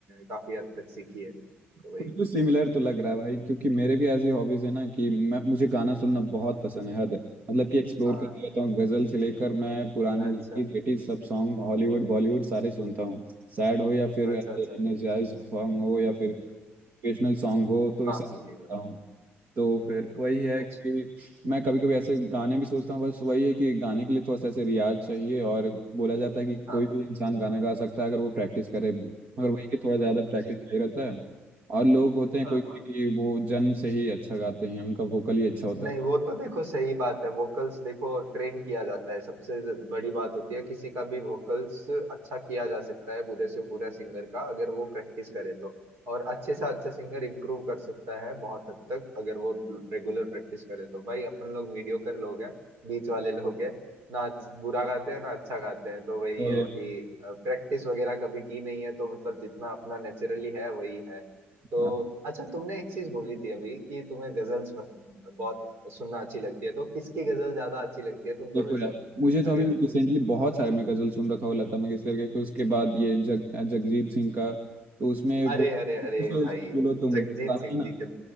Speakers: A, on the right; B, on the right.
A: काफी हद तक सीखी है तो वही
B: कुछ कुछ सिमिलर तो लग रहा है भाई क्योंकि मेरे भी ऐसी हॉबीज है ना कि मैं मुझे गाना सुनना बहुत पसंद है हद है। मतलब कि एक्सप्लोर
A: हाँ
B: करते रहता हूँ गजल से लेकर मैं पुरानी
A: अच्छा
B: 90s 80s सब सॉन्ग हॉलीवुड बॉलीवुड सारे सुनता हूँ सैड हो या फिर
A: अच्छा अच्छा
B: एनर्जाइज सॉन्ग हो या फिर मोटिवेशनल सॉन्ग हो तो
A: माफ
B: ये सब सुनता
A: कीजिएगा
B: हूँ
A: हम्म,
B: तो फिर वही है
A: अच्छा
B: कि मैं कभी कभी ऐसे गाने भी सोचता हूँ बस वही है कि गाने के लिए थोड़ा सा ऐसे रियाज चाहिए और बोला जाता है कि
A: हाँ
B: कोई
A: हाँ
B: भी इंसान गाना गा सकता है अगर वो प्रैक्टिस करे मगर
A: हम्म,
B: वही कि थोड़ा ज़्यादा प्रैक्टिस
A: जी
B: चाहिए रहता है और लोग होते हैं
A: हाँ
B: कोई कोई
A: हाँ
B: कि वो जन्म से ही अच्छा गाते हैं उनका वोकल ही अच्छा होता
A: नहीं
B: है
A: वो तो देखो सही बात है वोकल्स देखो ट्रेन किया जाता है सबसे ज- बड़ी बात होती है किसी का भी वोकल्स अच्छा किया जा सकता है बुरे से बुरा सिंगर का अगर वो प्रैक्टिस करे तो और अच्छे से अच्छा सिंगर इम्प्रूव कर सकता है बहुत हद तक अगर वो रेगुलर प्रैक्टिस करे तो भाई अपन लोग मीडियोकर लोग हैं बीच वाले लोग हैं ना अच्छ- बुरा गाते हैं ना अच्छा गाते हैं तो वही
B: तो
A: है कि प्रैक्टिस वगैरह कभी की नहीं है तो मतलब जितना अपना नेचुरली है वही है तो
B: हाँ
A: अच्छा तुमने एक चीज बोली थी अभी कि तुम्हें गजल्स पसंद बहुत सुनना अच्छी लगती है तो किसकी गजल ज्यादा अच्छी लगती है तुमको
B: देखो
A: वैसे
B: यार मुझे तो
A: अगर
B: अभी रिसेंटली बहुत सारे मैं गज़ल सुन रखा हुआ लता मंगेशकर के फिर उसके बाद ये जग जगजीत सिंह का तो उसमें
A: अरे
B: वो
A: अरे अरे
B: बोलो
A: भाई
B: तुम
A: जगजीत
B: गाना
A: सिंह
B: है ना
A: जी के